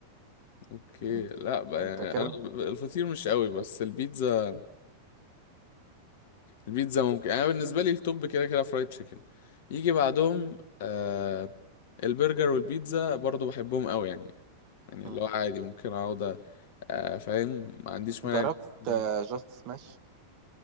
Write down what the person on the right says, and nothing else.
انت,
انت
كده
مم.
جربت
جاست سماش